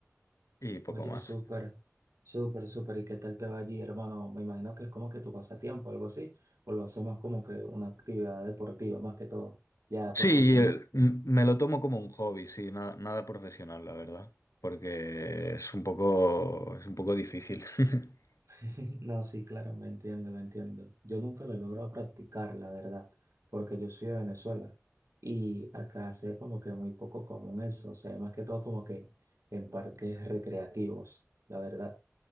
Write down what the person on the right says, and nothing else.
Oye,
súper, súper, súper. ¿Y qué tal te va allí, hermano? Me imagino que es como que tu pasatiempo, algo así, o lo hacemos como que una actividad deportiva más que todo, ya
profesional.
<laughs> No, sí, claro, me entiendo, lo entiendo. Yo nunca lo he logrado practicar, la verdad, porque yo soy de Venezuela y acá se ve como que muy poco común eso, o sea, más que todo como que en parques recreativos, la verdad.